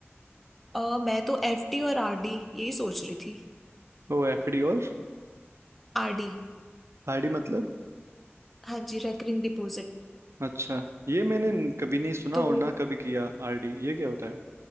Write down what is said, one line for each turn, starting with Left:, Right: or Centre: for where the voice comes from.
Centre: अ, मैं तो एफडी और आरडी यही सोच रही थी
Right: ओ एफडी और
Centre: आरडी
Right: आरडी मतलब
Centre: हाँ जी रेकरिंग डिपॉजिट
Right: अच्छा ये मैंने न- कभी नहीं सुना
Centre: तो
Right: और ना कभी किया आरडी ये क्या होता है